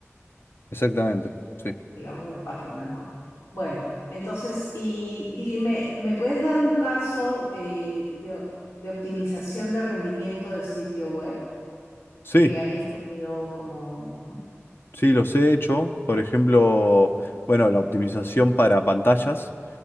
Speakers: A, on the left; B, on the left.
A: Exactamente, sí.
B: digamos, de la página, ¿no? Bueno, entonces, y dime, ¿me puedes dar un caso eh, de, o- de optimización de rendimiento de sitio web
A: Sí,
B: que hayas tenido como...
A: sí, los he hecho. Por ejemplo, bueno, la optimización para pantallas.